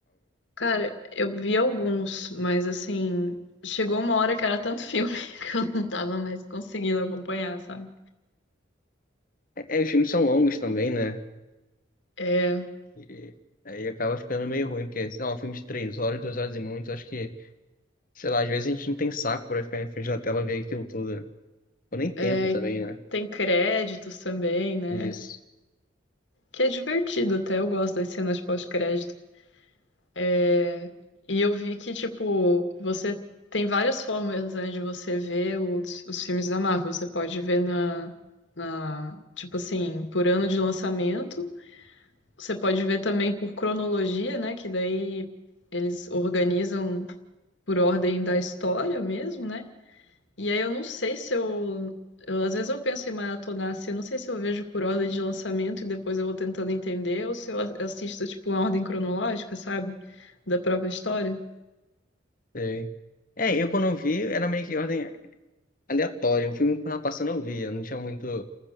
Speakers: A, on the left; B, on the left.
A: cara, eu vi alguns, mas assim, chegou uma hora que era tanto filme <laughs> que eu não tava mais conseguindo acompanhar, sabe?
B: É, é, os filmes são longos também, né?
A: É,
B: E aí acaba ficando meio ruim, porque, sei lá, um filme de três horas, duas horas e muito, acho que, sei lá, às vezes a gente não tem saco pra ficar em frente da tela ver aquilo tudo. Né? Ou nem tempo
A: É,
B: também,
A: e
B: né?
A: tem créditos também, né?
B: Isso.
A: Que é divertido até, eu gosto das cenas pós-crédito. É, E eu vi que, tipo, você tem várias formas, né, de você ver os, os filmes da Marvel. Você pode ver na, na, tipo assim, por ano de lançamento. Você pode ver também por cronologia, né? Que daí eles organizam por ordem da história mesmo, né? E aí eu não sei se eu, eu- às vezes eu penso em maratonar assim, eu não sei se eu vejo por ordem de lançamento e depois eu vou tentando entender, ou se eu a- assisto tipo uma ordem cronológica, sabe? Da própria história.
B: Sei. É, eu quando eu vi, era meio que ordem aleatória. O filme que tava passando eu via, não tinha muito,